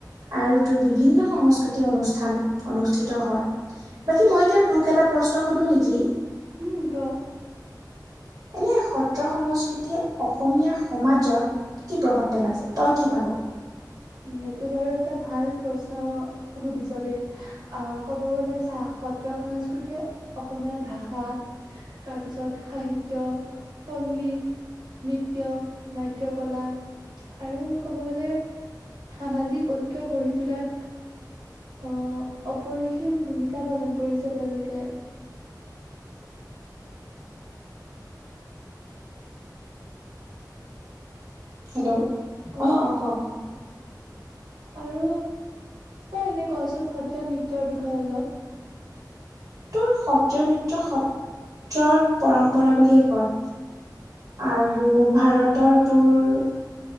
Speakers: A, on the right; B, on the right.
A: আৰু তোৰ বিভিন্ন সংস্কৃতি অনুষ্ঠান অনুষ্ঠিত হয়। বাকী মই এতিয়া তোক এটা প্ৰশ্ন সুধো নেকি?
B: উম, ক।
A: এনে সত্ৰ সংস্কৃতিয়ে অসমীয়া সমাজত কি প্ৰভাৱ পেলাইছে, তই কি ভাব?
B: উ এইটো বাৰু এটা ভাল প্ৰশ্ন সুধিছ দেই। আহ ক'ব গ'লে চা সত্ৰ সংস্কৃতিয়ে অসমীয়া ভাষা তাৰপিছত সাহিত্য, সংগীত নৃত্য, নাট্য কলা, আৰু ক'ব গ'লে সামাজিক ঐক্য গঢ়ি তোলাত অ' অপৰিসীম ভূমিকা পালন কৰিছে তেওঁলোকে।
A: হেল্ল'
B: অ
A: অঁ, অঁ, কক, কক।
B: আৰু তই এনে কচোন সত্ৰীয়ানৃত্যৰ বিষয়ে অলপ?
A: ত সত্ৰীয়ানৃত্য সত্ৰৰ পৰম্পৰা বুলিয়ে কয়। আৰু ভাৰতৰ তোৰ